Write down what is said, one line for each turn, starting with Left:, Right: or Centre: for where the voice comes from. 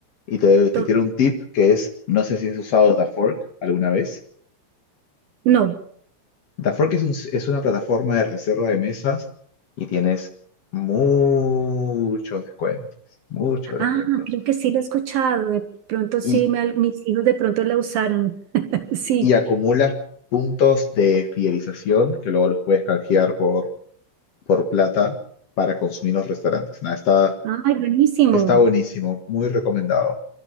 Left: Y te, te
Right: To-
Left: tiro un tip que es, no sé si has usado DaFork alguna vez.
Right: No.
Left: DaFork es un es una plataforma de reserva de mesas y tienes muchos descuentos, muchos descuentos.
Right: Ah, creo que sí lo he escuchado. De pronto sí,
Left: Y,
Right: me al- mis hijos de pronto la usaron. <laughs> Sí.
Left: y acumulas puntos de fidelización que luego los puedes canjear por, por plata para consumir en los restaurantes. Nada, está,
Right: Ay, buenísimo.
Left: está buenísimo, muy recomendado.